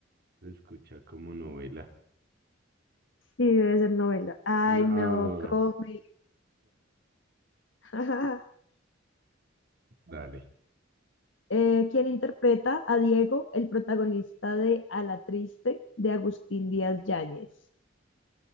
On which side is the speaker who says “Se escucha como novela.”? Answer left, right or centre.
Right